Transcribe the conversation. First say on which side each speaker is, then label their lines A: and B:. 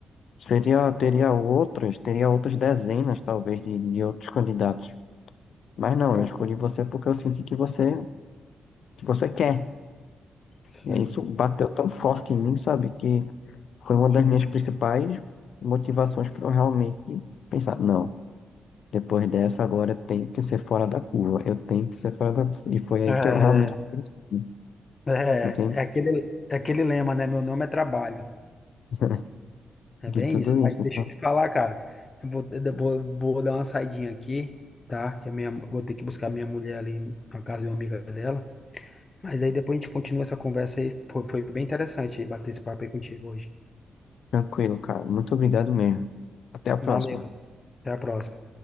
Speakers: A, on the left; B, on the left.
A: seria, teria outras, teria outras dezenas talvez de, de outros candidatos. Mas não,
B: com-
A: eu escolhi você porque eu senti que você, que você quer.
B: sim,
A: E aí isso bateu tão forte em mim, sabe? Que foi uma
B: sim.
A: das minhas principais motivações para eu realmente pensar, não, depois dessa agora eu tenho que ser fora da curva, eu tenho que ser fora da curva. E foi aí
B: É,
A: que eu realmente fui crescendo.
B: é,
A: Entende?
B: é aquele, é aquele lema, né? Meu nome é trabalho.
A: <laughs>
B: É
A: de
B: bem
A: tudo
B: isso. Mas
A: isso. Então,
B: deixa eu te falar, cara. Eu vou, eu vou, vou dar uma saidinha aqui, tá? Que a minha, vou ter que buscar minha mulher ali na casa de uma amiga dela. Mas aí depois a gente continua essa conversa aí. Foi, foi bem interessante bater esse papo aí contigo hoje.
A: tranquilo, cara. Muito obrigado mesmo. Até a próxima.
B: Valeu, até a próxima.